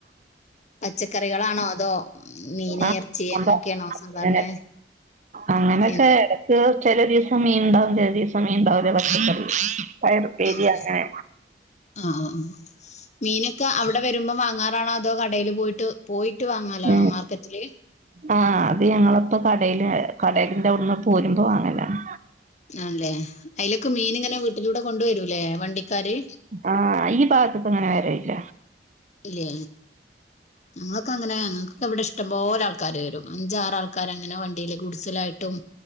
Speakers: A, on the left; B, on the right.
A: പച്ചക്കറികളാണോ അതോ മീന്
B: ആഹ്
A: എർ ച്ചി അങ്ങനെയൊക്കെയാണോ
B: എന്താ
A: സാധാരണ
B: അങ്ങനെ അങ്ങനൊക്കെ
A: എന്താണ്
B: എടക്ക് ചെല ദിവസം മീൻണ്ടാവും ചെല ദിവസം മീനുണ്ടാവുല്ല പച്ചക്കറി പയർ ഉപ്പേരി
A: ആഹ്
B: അങ്ങനെ
A: ആഹ് ആഹ് ആഹ് മീനൊക്കെ അവിടെ വരുമ്പോം വാങ്ങാറാണോ അതോ കടയില് പോയിട്ട് പോയിട്ട് വാങ്ങാലാണോ
B: ഉം
A: മാർക്കറ്റില്
B: ആഹ് അത് ഞങ്ങളപ്പ കടേയില് കടേലിന്റെ ഔട്ന്ന് പോരുമ്പോ വാങ്ങലാണ്
A: ആണ്ല്ലേ ഐലൊക്കെ മീന്ങ്ങനെ വീട്ടിലൂടെ കൊണ്ടുവരൂല്ലേ വണ്ടിക്കാര്
B: ആഹ് ഈ ഭാഗത്ത്ക്കങ്ങനെ വരേല്ല
A: ഇല്ലേ ഞങ്ങളൊക്കങ്ങനെ ഞങ്ങൾക്കൊക്കെ വടെ ഇഷ്ട്ടം പോലെ ആൾക്കാര് വെരും അഞ്ചാറാ ൾക്കാരങ്ങനെ വണ്ടിയില് ഗുഡസിലായ്ട്ടും